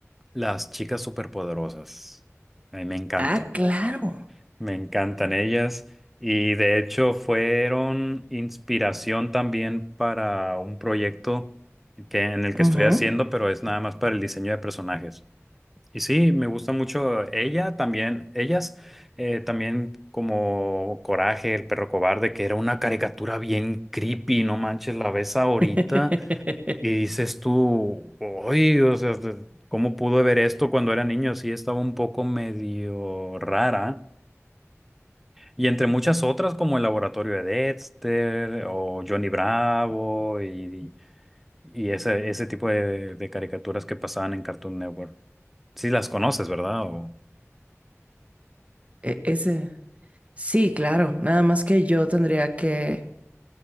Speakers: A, in the centre; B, on the right.
A: Las chicas superpoderosas. A mí me encantan.
B: Ah, claro.
A: Me encantan ellas y de hecho fueron inspiración también para un proyecto que, en el que
B: Ujú.
A: estoy haciendo, pero es nada más para el diseño de personajes. Y sí, me gusta mucho ella también, ellas eh, también como Coraje, el perro cobarde, que era una caricatura bien creepy, no manches, la ves ahorita
B: <laughs>
A: y dices tú, oye, o sea, ¿cómo pudo ver esto cuando era niño? Sí, estaba un poco medio rara. Y entre muchas otras como El Laboratorio de Dexter o Johnny Bravo y, y ese, ese tipo de, de caricaturas que pasaban en Cartoon Network. Sí las conoces, ¿verdad? O,
B: E- ese. Sí, claro. Nada más que yo tendría que